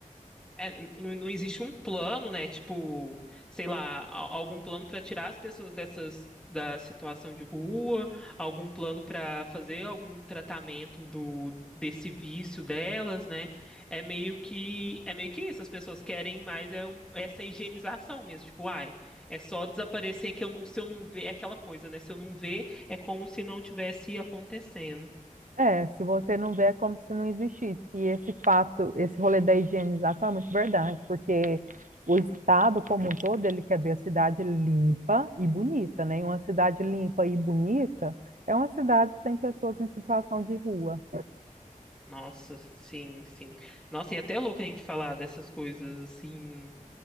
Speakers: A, in the centre; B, on the right.
A: É, n- não, não existe um plano, né? Tipo, sei lá, a- algum plano para tirar as pessoas dessas da situação de rua, algum plano para fazer algum tratamento do desse vício delas, né? É meio que é meio que isso. As pessoas querem mais é um- essa higienização mesmo. Tipo, ai, é só desaparecer que eu não, se eu não ver é aquela coisa, né? Se eu não ver, é como se não tivesse acontecendo.
B: É, se você não vê, é como se não existisse. E esse fato, esse rolê da higienização é muito verdade, porque o estado como um todo, ele quer ver a cidade limpa e bonita, né? E uma cidade limpa e bonita é uma cidade sem pessoas em situação de rua.
A: Nossa, sim, sim. Nossa, e até é louco a gente falar dessas coisas assim